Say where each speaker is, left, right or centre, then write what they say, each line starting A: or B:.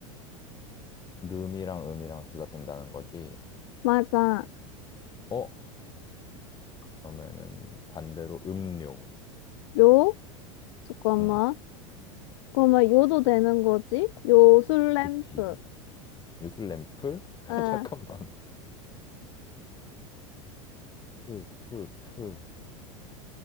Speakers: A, on the left; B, on the left.
A: 룸이랑 음이랑 둘 다 된다는 거지.
B: 맞아.
A: 어? 그러면은 반대로 음료.
B: 요? 잠깐만.
A: 응.
B: 그러면 요도 되는 거지? 요술 램프.
A: 그치. 뉴슬램프? <laughs>
B: 응.
A: 잠깐만. 푸, 푸, 푸.